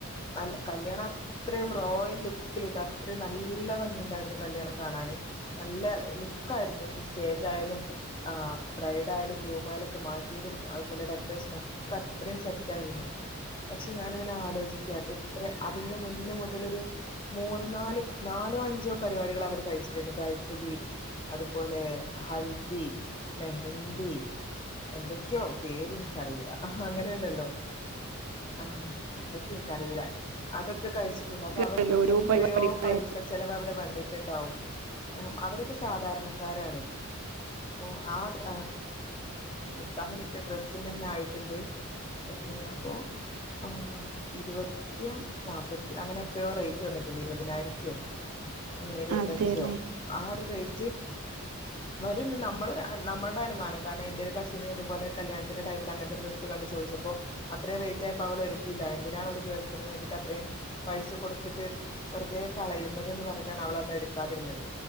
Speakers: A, on the left; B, on the right.
A: നല്ല കല്യാണ ത്രേം റോയൽ ലുക്കിലിട്ട് അത്രയും നല്ല ഭംഗിണ്ടായിരുന്നു കല്യാണം കാണാന്. നല്ല ലുക്കായിരുന്നു ഇനി സ്റ്റേജായാലും ആ ബ്രൈഡ് യാലും ഗ്രൂമായാലും ഒക്കെ മാറ്റിയതും അതുപോലെ ഡെക്കറേഷനും ഒക്കെ അത്രയും സെറ്റായിരുന്നു. പക്ഷേ ഞാനിങ്ങനെ ആലോചിക്കാ. എത്ര അതിന് മുന്നേ മുതലൊരു മൂന്ന് നാല് നാലോ അഞ്ചോ പരിപാടികള് അവര് കഴിച്ചിട്ടുണ്ട്. ബ്രൈഡ്‌ റ്റു ബി അത്പോലെ ഹൽദി, മെഹ ന്തി എന്തൊക്കെയോ പേര് എനിക്കറിയൂല. ഹാ അങ്ങനെ ഉണ്ടല്ലോ. ആഹ് എന്തൊക്കയോ എനിക്ക് അറിയൂല. അതൊക്കെ കഴിച്ചിട്ടുണ്ട്. അപ്പോ അവർക്കൊക്കെ
B: നിക്കല്ലോ ഓരോ
A: എത്രയോ
B: പരിപാടികളായി
A: പൈസ സ ചെലവ് അവിടെ വന്നിട്ടുണ്ടാവും. അവരൊക്കെ സാധാരണക്കാരാണ്. അപ്പോ ആ ഡ്ര നിക്കാഹിന് ഇട്ട ഡ്രസ്‌ന്നന്നെ ആയിട്ട്ണ്ട് എത്രയാക്കോ ആഹ് ഇരുപ ത്തിയാ നാപ്പത്തി അങ്ങനെ എത്രയോ റേറ്റ് വന്നിട്ട്ണ്ട്. ഇരുപതിനായിരത്തിയോ അങ്ങനെ ഇരുപത്തഞ്ചോ
B: അതെല്ലേ
A: ആ ഒരു റേറ്റ് വരുന്ന് നമ്മളെ നമ്മളടെ അനുമാനം കാരണം എന്റെ ഒരു കസിന് ഇതുപോലെ കല്യാണത്തിന്റെ ടൈമില് അങ്ങനത്തെ ഡ്രസ് കണ്ട് ചോദിച്ചപ്പോ അത്രയും റേറ്റ് ആയപ്പോ അവള് എടുത്തില്ല. എന്തിനാണ് ഒരു ദിവസത്തിന് വേണ്ടിട്ട് അത്രയും പൈസ കൊടുത്തിട്ട് വെറുതെ കളയുന്നത് എന്ന് പറഞ്ഞിട്ടാണ് അവള് അന്ന് എടുക്കാതിരുന്നത്.